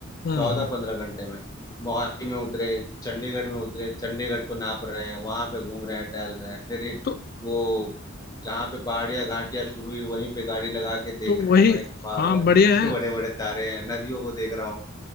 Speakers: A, on the left; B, on the left.
A: हम्म।
B: चौदह पंद्रह घंटे में मोहाली में उतरे चंडीगढ़ में उतरे चंडीगढ़ को नाप रहे हैं वहां पे घूम रहे हैं टहल रहे हैं फिर
A: तो
B: वो जहाँ पे पहाड़ियाँ घाटियाँ शुरू हुई वहीं पे गाड़ी लगा के देख
A: तो
B: रहे
A: वही
B: हैं भाई वाह
A: हाँ
B: यार
A: बढ़िया
B: कितने
A: है
B: बड़े बड़े तारे हैं नदियों को देख रहा हूँ